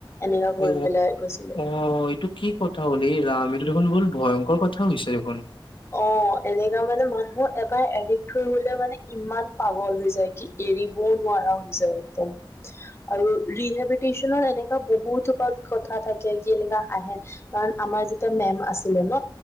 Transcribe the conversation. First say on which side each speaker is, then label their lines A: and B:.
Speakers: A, on the left (about 30°); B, on the left (about 75°).
A: এনেকা কৰি
B: উম
A: পেলাই কৈছিলে
B: অঁ। এটো কি কথা হ'ল এই ৰাম এইটো দেখোন বোলো ভয়ংকৰ কথা হৈছে দেখোন।
A: অ' এনেকা মানে মানুহ এবাৰ এৰি থৈ লে মানে ইমান পাগল হৈ যায় কি। এৰিবও নোৱাৰা হৈ যায় একদম। আৰু ৰিহেবিলটেশচন এনেকুৱা বহুত কথা থাকে কি এনেকা আহে। কাৰণ আমাৰ যেতিয়া মেম আছিলে ন